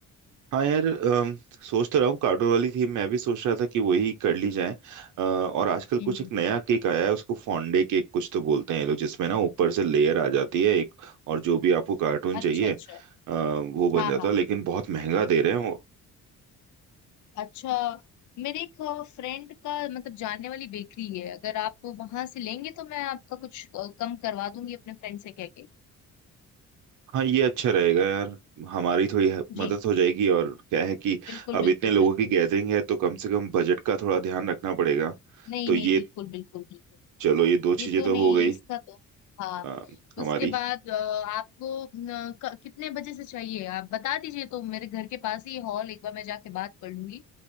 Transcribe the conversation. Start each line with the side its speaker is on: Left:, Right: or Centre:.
Right: हाँ यार अम, सोच तो रहा हूँ कार्टून वाली थी मैं भी सोच रहा था कि वही कर ली जाए अ, और आजकल कुछ
Left: हम्म,
Right: एक नया केक आया है उसको फॉन्डे केक कुछ तो बोलते हैं ये लोग जिसमें ना ऊपर से लेयर आ जाती है एक और जो भी आपको कार्टून चाहिए
Left: अच्छा अच्छा
Right: अ, वो
Left: हाँ
Right: बन जाता
Left: हाँ
Right: है लेकिन बहुत महंगा दे रहे हैं वो
Left: अच्छा मेरे एक फ्रेंड का मतलब जानने वाली बेकरी है अगर आप वहां से लेंगे तो मैं आपका कुछ अ, कम करवा दूंगी अपने फ्रेंड से कह के
Right: हाँ ये अच्छा रहेगा यार हमारी थोड़ी ह-
Left: जी
Right: मदद
Left: जी
Right: हो जाएगी और क्या है कि
Left: बिल्कुल
Right: अब
Left: बिल्कुल
Right: इतने लोगों
Left: बिल्कुल
Right: की गैदरिंग है तो कम से कम बजट का थोड़ा ध्यान रखना पड़ेगा
Left: नहीं
Right: तो
Left: नहीं
Right: ये
Left: बिल्कुल बिल्कुल बिल्कुल
Right: चलो ये दो
Left: ये
Right: चीजें
Left: तो
Right: तो
Left: नहीं
Right: हो गई
Left: इसका तो हाँ
Right: अ, हमारी
Left: उसके बाद अ, आपको न, क, कितने बजे से चाहिए आप बता दीजिए तो मेरे घर के पास ही हॉल एक बार मैं जाके बात कर लूंगी